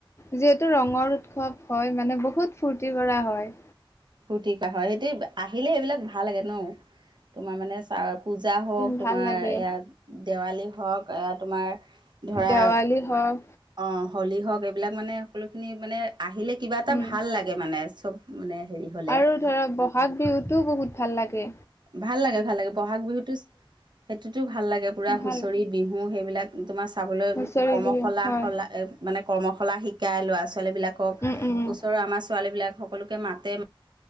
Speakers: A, on the left; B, on the right.
A: যিহেতু ৰঙৰ উৎসৱ হয় মানে বহুত ফূৰ্তি কৰা হয়।
B: ফূৰ্তি কা হয় দেই আহিলে সেইবিলাক ভাল লাগে ন তোমাৰ মানে চা পূজা হওক
A: উম
B: তোমাৰ
A: ভাল লাগে
B: এৱাত দেৱালী হওক এৱা তোমাৰ ধৰা
A: দেৱালী হওক
B: অ হোলী হওক, এইবিলাক মানে সকলোখিনি মানে আহিলে কিবা এটা
A: উম
B: ভাল লাগে মানে চব মানে। হেৰি হ'লে
A: আৰু ধৰক বহাগ বিহুতো বহুত ভাল লাগে।
B: ভাল লাগে ভাল লাগে বহাগ বিহুতো সেইটোতো ভাল লাগে পুৰা
A: ভাল
B: হুঁচৰি বিহু মোৰ সেইবিলাক তোমাৰ চাবলৈ
A: হুঁচৰি
B: কৰ্মশালা
A: বিহু হয়
B: সলা স লা মানে কৰ্মশালা শিকাই লৰা ছো ছোৱালীবিলাকক
A: উম উম উম
B: ওচৰৰ আমাৰ ছোৱালীবিলাক সকলোকে মাতে